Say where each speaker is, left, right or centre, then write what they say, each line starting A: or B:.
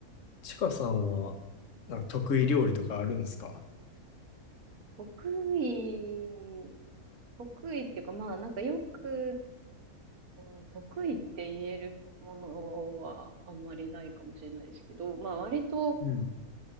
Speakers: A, on the left; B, on the right.
A: ちかさんは、なんか得意料理とかあるんですか
B: 得意、得意っていうか、まあ、なんかよく、うん得意って言えるものはあんまりないかもしれないですけど、まあ、割と
A: うん。